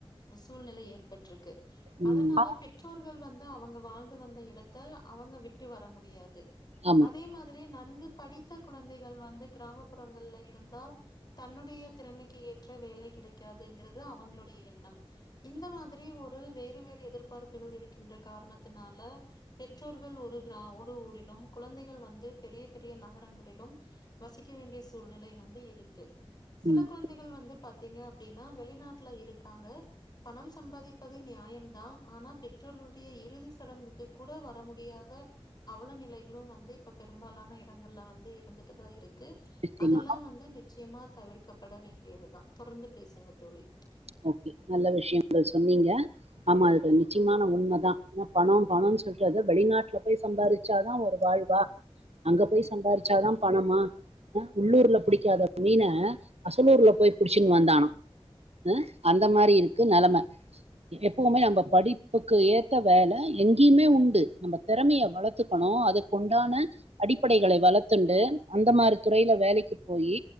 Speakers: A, on the left; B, on the right.
A: அ சூழ்நெலை ஏற்பட்ருக்கு
B: ம்.
A: அதனால பெற்றோர்கள் வந்து அவங்க வாழ்ந்து வந்த இடத்த அவங்க விட்டு வர முடியாது
B: ஆமா.
A: அதே மாதிரி நன்கு படித்த கொ ழந்தைங்க வந்து கிராமப்புறங்கள்ல இருந்தா தன்னுடைய திறமைக்கி ஏற்ற வேலை கிடைக்காதுங்கறத அவங்களுடைய எண்ணம் இந்த மாதிரி ஒரு ரு வேறு வேறு எதிர்பார்ப்புகள் இருக்கின்ற காரணத்துனால பெற்றோர்கள் ஒரு கிர ஒரு ஊரிலு ம் குழந்தைகள் வந்து பெரிய பெரிய நகரங்களிலும் வசிக்க வேண்டிய சூழ்நிலை வந்து இருக்கு சில
B: ம்.
A: குழந்தைகள் வந்து பாத்தீங்க அப்டின்னா வெளிநாட்டு ட்ல இருக்காங்க பணம் சம்பாதிப்பது நியாயம் தா ஆனா பெற்றோருடைய இறுதி சடங்கு க்கு கூட வர முடியாத அவலநிலைகளும் வந்து இப்ப பெரும்பாலான எடங்கள்ல வந்து இரு இருந்துட்டு தா இருக்கு
B: நிச்சயமா.
A: அதெல்லா வந்து நிச்சயமா தவிர் க்கப்பட வேண்டியதுதா தொடர்ந்து பேசுங்க தோழி
B: ஓகே நல்ல விஷயங்கள் சொன்னீங்க ஆமா அது நிச்சியமான உண்மதா ஏன்னா பணோ பணோன் சொல்ட்டு அது வெளிநாட்டுல போய் சம்பாதிச்சாதா ஒரு வாழ்வா அங்க போய் சம்பாரிச்சாதா பணமா ஆ உள்ளூர்ல புடிக்காத மீன அசலூர்ல போய் புடிச்சுன்னு வந்தானா அ அந்த மாதிரி இருக்கு நெலம எப்பவுமே நம்ம படிப்புக்கு ஏத்த வேல எங்கேயுமே உண்டு நம்ம திறமையை வளத்துக்கணு அதுக்குண்டான அடிப்படைகள வளர்த்துண்டு அந்த மாதிரி துறையில வேலைக்கு போய்